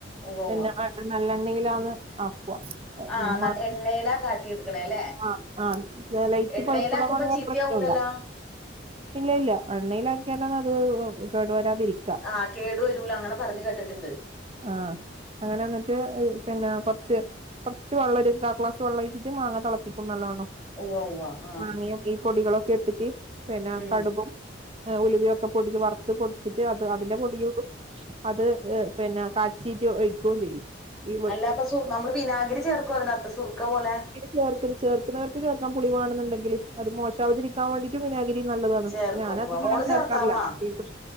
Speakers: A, in the centre; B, on the right.
A: ഉവ്വ
B: പിന്നെ
A: ഉവ്വ
B: നല്ലെണ്ണയിലാന്ന് ആക്കുവാ <unintelligible>
A: ആഹ് നല്ല എണ്ണയിലാ കാട്ടി എടുക്കണേ അല്ലേ
B: ആഹ് ആഹ് ചെലൈറ്റ്
A: എണ്ണയിലാക്കുമ്പോ
B: പഴുപ്പുള്ള മാങ്ങയാന്നെ
A: ചീത്തയാവൂലല്ലോ
B: പ്രശ്നൊല്ലാ ഇല്ല ഇല്ല എണ്ണയിലാക്കിയാലാന്നത് അത് ഏഹ് കേടു വെരാതിരിക്
A: ആഹ് കേടു വരൂലാ അങ്ങനെ പറഞ്ഞു കേട്ടിട്ടുണ്ട്
B: ആഹ് അങ്ങനെ വന്നിട്ട് ഏഹ് പിന്നെ കൊറച്ച് കൊറച്ച് വെള്ളം ഒരു കാക്ലാസ് വെള്ള ഒഴിച്ചിട്ട് മാങ്ങ തെളപ്പിക്കും നല്ലോണ്ണം
A: ഉവ്വ ഉവ്വ ആഹ്
B: മാങ്ങയും ഈ പൊടികളൊക്കെ ഇട്ടിറ്റ് പിന്നാ
A: ഉം
B: കടുകും ഏഹ് ഉലുവയൊക്കെ പൊടിച്ച് വറുത്ത് പൊടിച്ചിറ്റ് അത് അതിന്റെ പൊടിയും ഇടും അത് ഏഹ് പിന്നെ കാച്ചീട്ട് ഒഴിക്കുകയും ചെയ്യും ഈ
A: അല്ലാ അപ്പൊ സു നമ്മള് വിനാഗിരി ചേർക്കോ അതിനാത്ത് സുർക്ക പോലെ
B: ചേർക്കും ചേർക്കുന്നവർക്ക് ചേർക്കാം പുളി വേണെന്നുണ്ടെങ്കില് അത് മോശാവതിരിക്കാൻ വേണ്ടി വിനാഗരിയും നല്ലതാണ്
A: ചേർക്കും
B: പക്ഷെ ഞാനധികങ്ങനെ
A: ഉവ്വ മോള് ചേർത്താർന്നാ
B: ചേർക്കാറില്ലാ കുട്ടിയെക് പ്ര